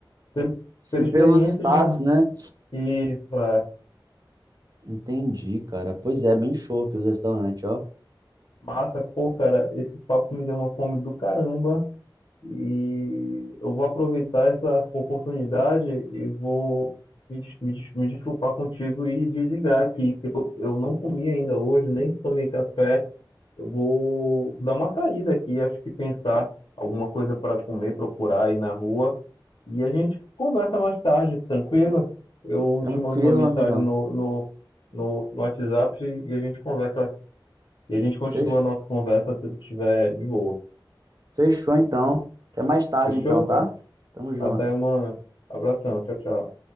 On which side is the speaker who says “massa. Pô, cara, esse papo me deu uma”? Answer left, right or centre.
Left